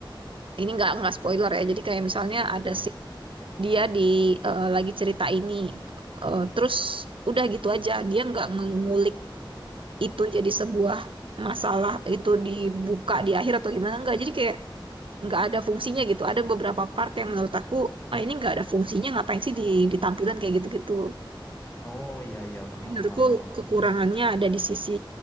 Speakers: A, on the right; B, on the left.
A: ini nggak nggak spoiler ya. Jadi kayak misalnya ada
B: Ya.
A: scene dia di eh, lagi cerita ini eh, terus udah gitu aja dia nggak ngulik itu jadi sebuah masalah itu dibuka di akhir atau gimana enggak jadi kayak nggak ada fungsinya gitu ada beberapa part yang menurut aku ah ini nggak ada fungsinya ngapain sih di ditampilkan kayak gitu-gitu
B: Oh, iya, iya, paham,
A: Jadi menurutku
B: paham, paham.
A: kekurangannya
B: Hmm.
A: ada di sisi